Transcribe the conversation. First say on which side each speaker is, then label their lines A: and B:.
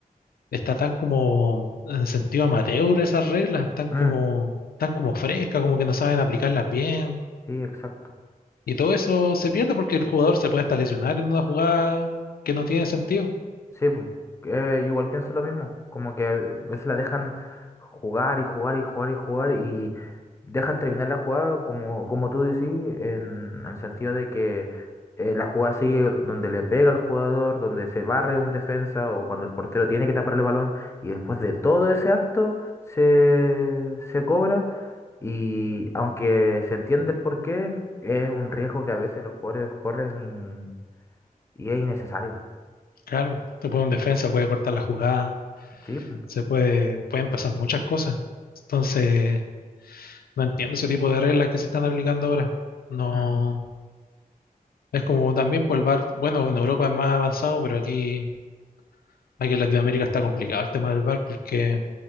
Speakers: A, on the left; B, on the left.
A: Está tan como en sentido amateur esas reglas, tan como,
B: Mm,
A: tan como frescas, como que no saben aplicarlas bien.
B: sí, exacto.
A: Y todo eso se pierde porque el jugador se puede hasta lesionar en una jugada que no tiene sentido.
B: Sí, po. Eh, igual pienso lo mismo, como que a veces la dejan jugar y jugar y jugar y jugar y dejan terminar la jugada como, como tú decís, en el sentido de que eh, la jugada sigue donde le pega al jugador, donde se barre un defensa o cuando el portero tiene que tapar el balón y después de todo ese acto se, se cobra y aunque se entiende el porqué, es un riesgo que a veces los jugadores corren y, y es innecesario.
A: Claro, te puede un defensa, puede cortar la jugada,
B: Sí, po.
A: se puede, pueden pasar muchas cosas. Entonces, no entiendo ese tipo de reglas que se están aplicando ahora. No,
B: Mm.
A: es como también por el VAR, bueno, en Europa es más avanzado, pero aquí, aquí en Latinoamérica está complicado el tema del VAR porque